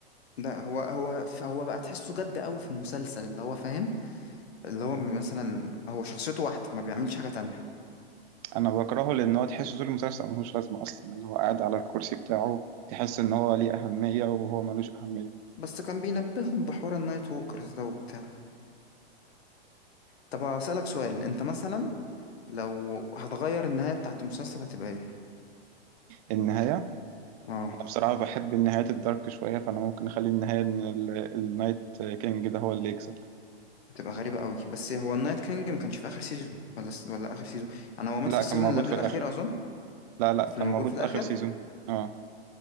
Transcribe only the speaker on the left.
ده هو هو ف- هو بقى تحسه جد قوي في المسلسل اللي هو فاهم اللي هو مثلا هو شخصيته واحدة ما بيعملش حاجة تانية
بس كان بينبههم بحوار النايت ووكرز ده وبتاع طب هسألك سؤال انت مثلا لو هتغير النهاية بتاعت المسلسل هتبقى ايه
اه
هتبقى غريبة قوي بس هو النايت كينج ما كانش في اخر سيزون ولا س- ولا اخر سيزون انا هو مات
في السيزون
اللي قبل
الاخير
اظن
في
الموجود
في الاخر